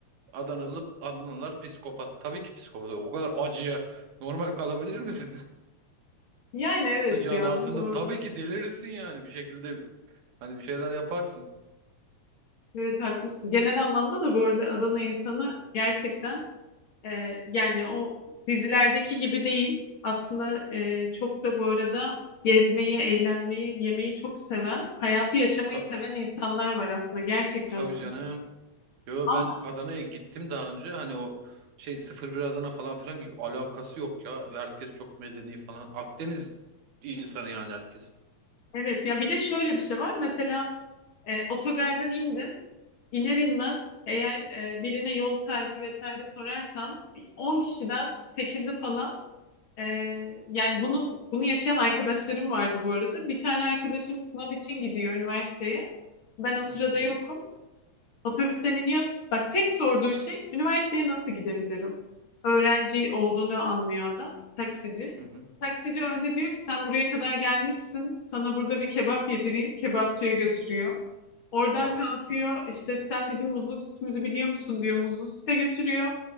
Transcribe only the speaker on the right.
Adanalı Adanalılar psikopat. Tabii ki psikopat. O kadar acıya normal kalabilir misin?
Sıcağın
altında
tabii ki delirirsin yani bir şekilde hani bir şeyler yaparsın.
Ta
tabii
canım. Yo
ben Adana'ya gittim daha önce hani o şey sıfır bir Adana falan filan gibi alakası yok ya. Herkes çok medeni falan. Akdeniz insanı yani herkes.
Hı hı
hı hı.
Oh.